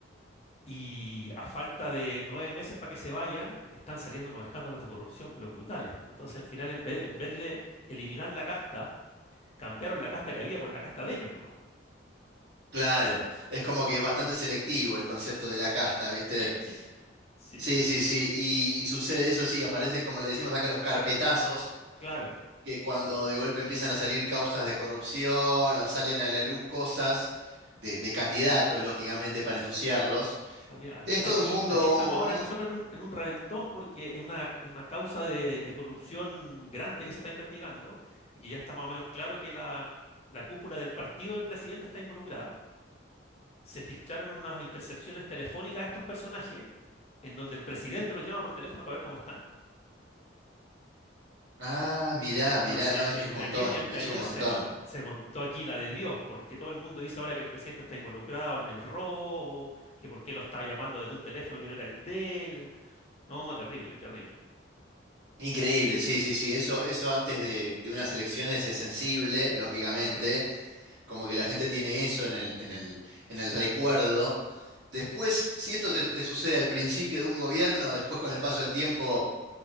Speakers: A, on the left; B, on the right.
A: y a falta de nueve meses para que se vayan, están saliendo unos escándalos de corrupción, pero brutales. po. Entonces, al final, en vez, en vez de eliminar la casta, cambiaron la casta que había por la casta de ellos nomás.
B: Claro, es como que es bastante selectivo el concepto
A: <laughs>
B: de la casta, ¿viste?
A: Sí, sí,
B: Sí, sí, sí, y, y sucede eso, sí, aparecen como le decimos acá los carpetazos,
A: claro.
B: que es cuando de golpe empiezan a salir causas de corrupción o salen a la luz cosas de, de candidatos, lógicamente, para ensuciarlos.
A: Ah, mira, aquí,
B: Es
A: aquí,
B: todo un mundo...
A: aquí estamos ahora
B: un mu-
A: nosotros en un, en un reventón porque es una, una causa de, de corrupción grande que se está investigando y que ya está más o menos claro que la, la cúpula del partido del presidente está involucrada. Se filtraron unas intercepciones telefónicas de estos personajes en donde el presidente los llama por teléfono para ver cómo están.
B: Ah, mirá,
A: Entonces,
B: mirá, no, eso
A: entre
B: es un montón,
A: ayer y anteayer
B: es un montón.
A: se, mon- se montó aquí la de Dios, porque todo el mundo dice ahora que el presidente está involucrado en el robo, que por qué lo está llamando desde un teléfono que no era el de él. No, terrible, terrible.
B: Increíble, sí, sí, sí. Eso, eso antes de, de unas elecciones es sensible, lógicamente,
A: Claro,
B: como que la gente tiene eso en el, en el, en el recuerdo. Después, si esto te, te sucede al principio de un gobierno, después con el paso del tiempo,